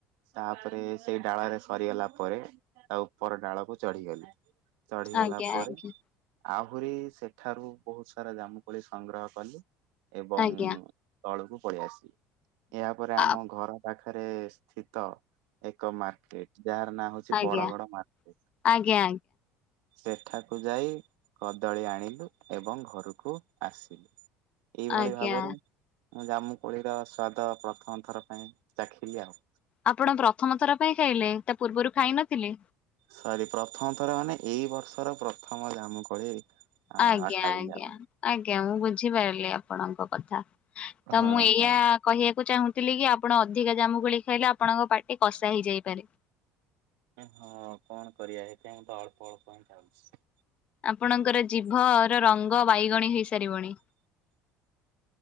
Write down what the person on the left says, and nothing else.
ଆଜ୍ଞା
ଆଜ୍ଞା
ଆଜ୍ଞା।
ଆଜ୍ଞା
ଆଜ୍ଞା
ଆଜ୍ଞା
ଆପଣ ପ୍ରଥମ ଥର ପାଇଁ ଖାଇଲେ ତା ପୂର୍ବରୁ ଖାଇ ନଥିଲେ?
ଆଜ୍ଞା
ଆଜ୍ଞା
ଆଜ୍ଞା ମୁଁ ବୁଝିପାରିଲି ଆପଣଙ୍କ କଥା। ତ
ମୁଁ ଏଇଆ
କହିବାକୁ ଚାହୁଁ କି ଆପଣ ଅଧିକା ଜାମୁ ଗୋଳି ଖାଇଲେ ଆପଣଙ୍କ ପାାର୍ଟି କଷା ହେଇଯାଇପାରେ।
ଆପଣଙ୍କର ଜୀଭ ରଙ୍ଗ ବାଇଗଣୀ ହେଇସାରିବଣି।